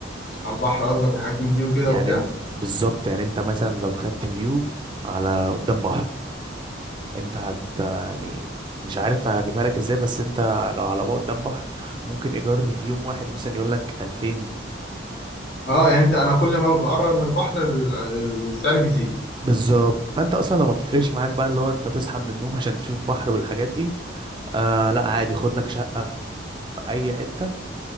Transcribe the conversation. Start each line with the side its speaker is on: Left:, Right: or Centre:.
Left: على البحر قصدك وحاجات من دي وكده
Right: يعني
Left: وبتاع
Right: ان- بالظبط يعني انت مثلا لو خدت فيو على قدام بحر انت هت يعني مش عارف هجيبها لك ازاي بس انت لو على بقى قدام بحر ممكن ايجار اليوم واحد مثلا يقول لك 2000
Left: اه يعني انت انا كل ما بقرب من البحر ال- السعر بيزيد
Right: بالظبط فانت اصلا لو ما بتفرقش
Left: <laughs>
Right: معاك بقى اللي هو انت تصحى من النوم عشان تشوف بحر والحاجات دي آه لا عادي خد لك شقة في اي حتة